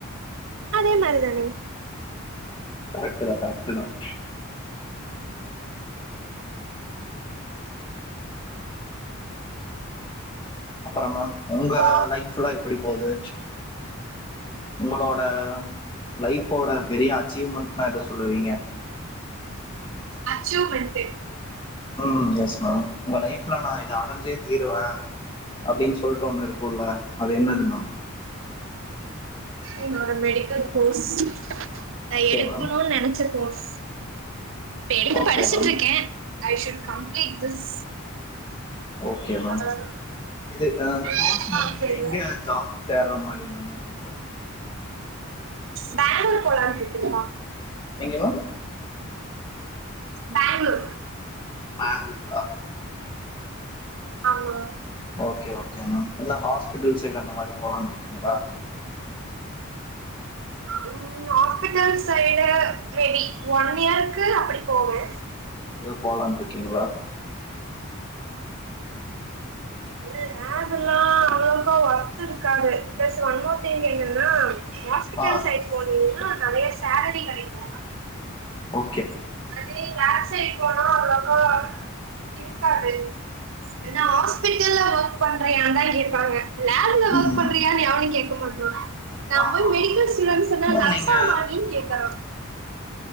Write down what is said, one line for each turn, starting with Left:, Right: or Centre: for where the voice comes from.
Right: அதே மாரி தானே
Left: கரெக்ட் தான் கரெக்ட் தான் அப்புற மேம் உங்க
Right: சோ
Left: லைஃப்ல்லாம் எப்டி போகுது உங்களோட லைஃபோட பெரிய அச்சீவ்மண்ட்னா எத சொல்லுவீங்க
Right: அச்சோ வன்ட்டு
Left: உம் எஸ் மேம் உங்க லைஃப்ல நான் இத அடஞ்சே தீருவேன் அப்டின்னு சொல்ட்டு ஒன்னு இருக் குள்ள அது என்னது மேம்
Right: என்னோட மெடிக்கல் கோர்ஸ் நா
Left: ஓகே
Right: எடுக்கணுனு
Left: மேம்
Right: நெனைச்ச கோர்ஸ் இப்ப எடுத்து
Left: ஓகே
Right: படுச்சுட்டிருக்கேன்
Left: மேம்
Right: I should complete this
Left: okay ma'am
Right: அவ்ளோதா
Left: இது ஆஹ் இந்த
Right: பெருசாலா
Left: கோர்ஸ் முடிச்சுட்டு
Right: ஆச இல்ல
Left: எங்க ஜாப் தேட்ற மாரி மேம் உங்களுக்கு
Right: பேங்களூர் போலான்னுட்டு இருக்கீங்ளா
Left: எங்க மேம்
Right: பேங்ளூர்
Left: பேங்ளூரா
Right: ஆமா
Left: ஓகே ஓகே மேம் என்ன ஹாஸ்பிட்டல் சைட் அந்த மாரி போலானு இருக்கீங்களா
Right: உம் ஹாஸ்பிட்டல் சைடு மேபி ஒன் இயருக்கு அப்டி போவே
Left: போலான்ட்டு இருக்கீங்ளா
Right: இல்ல இல்ல நார்மலா அவ்ளவுக்கா ஒர்த்து இருக்காது பிளஸ் ஒண் மோர் திங் என்னன்னா ஹாஸ்பிட்டல்
Left: ஆ
Right: சைடு் போனீங்கன்னா நெறைய சேலரி கெடைக்கு
Left: ஒ
Right: <unintelligible> சே போனா அவ்ளோக்கா இருக்காது ஏனா ஹாஸ்பிட்டல்ல ஒர்க் பண் எல்லா யா தா கேப்பாங்க லேப்ல ஒர்க்
Left: ம்
Right: பண்றியானு எவனு கேக் <unintelligible> நா
Left: ஆமா
Right: போய் மெடிக்கல் ஸ்டூடன்ஸுனா
Left: மேம்
Right: நர்சாமா
Left: நீங்க
Right: நீ கேக்கறா